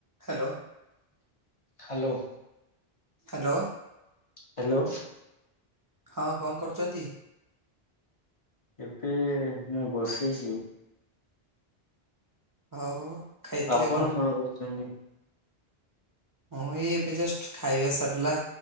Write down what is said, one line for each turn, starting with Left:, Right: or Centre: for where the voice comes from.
Right: ହ୍ୟାଲୋ।
Left: ହ୍ୟାଲୋ।
Right: ହ୍ୟାଲୋ।
Left: ହ୍ୟାଲୋ।
Right: ହଁ କଣ କରୁଛନ୍ତି?
Left: ଏବେ ମୁଁ ବସିଛି
Right: ଆଉ ଖାଇଥିଲେ
Left: ଆପଣ କଣ କରୁଛନ୍ତି?
Right: ହଁ ଏଇ ଏବେ ଜଷ୍ଟ ଖାଇବା ସାରିଲା